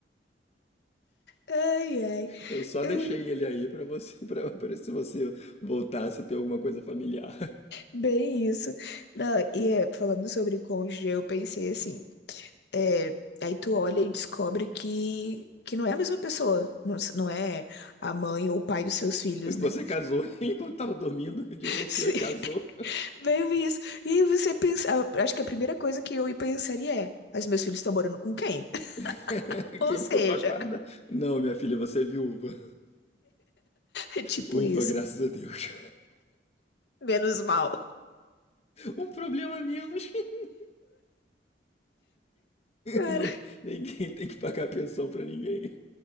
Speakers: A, on the left (about 65°); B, on the left (about 35°).
A: Ai, ai,
B: Eu só
A: hum,
B: deixei ele aí pra você, <laughs> pra, pra se você voltasse a ter alguma coisa familiar.
A: bem isso. Não, e é, falando sobre cônjuge, eu pensei assim, é, aí tu olha e descobre que, que não é a mesma pessoa, não, s- não é a mãe ou o pai dos seus filhos,
B: Você
A: né?
B: casou <laughs> enquanto tava dormindo, divorciou
A: <laughs> Sim,
B: e casou.
A: bem isso. E aí você pensa, acho que a primeira coisa que eu pensaria é, mas meus filhos estão morando com quem?
B: <laughs>
A: <laughs> Ou
B: Quem
A: seja,
B: ficou com a guarda? Não, minha filha, você é viúva.
A: É tipo
B: Ufa,
A: isso.
B: graças a Deus.
A: Menos mal.
B: Um problema a menos. <laughs>
A: Cara,
B: Não- ninguém tem que pagar pensão pra ninguém.